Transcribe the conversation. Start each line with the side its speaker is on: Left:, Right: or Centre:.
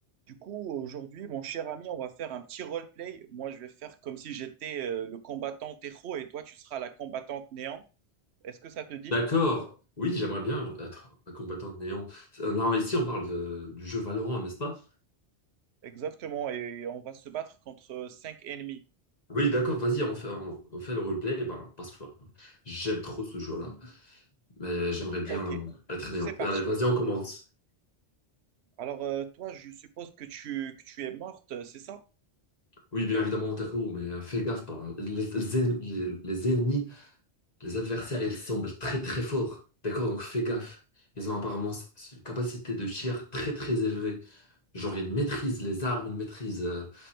Right: Du coup, aujourd'hui, mon cher ami, on va faire un petit roleplay. Moi, je vais faire comme si j'étais euh, le combattant héros et toi, tu seras la combattante néant. Est-ce que ça te dit?
Left: D'accord. Oui, j'aimerais bien être un combattant de néant. Là, ici, on parle de- du jeu Valorant, n'est-ce pas?
Right: Exactement. Et on va se battre contre euh, cinq ennemis.
Left: Oui, d'accord, vas-y, on fait, on, on fait le roleplay bah, parce que enfin, j'aime trop ce jeu-là. Mais j'aimerais bien
Right: Ok,
Left: être
Right: c'est
Left: néant.
Right: parti.
Left: Allez, vas-y, on commence.
Right: Alors, euh, toi, je suppose que tu, que tu es morte, c'est ça?
Left: Oui, bien évidemment, Taco, mais euh, fais gaffe. par- Les, les ennemis, les- les ennemis, les adversaires, ils semblent très très forts. D'accord, donc fais gaffe. Ils ont apparemment une capacité de tir très très élevée. Genre, il maîtrise les armes, il maîtrise euh,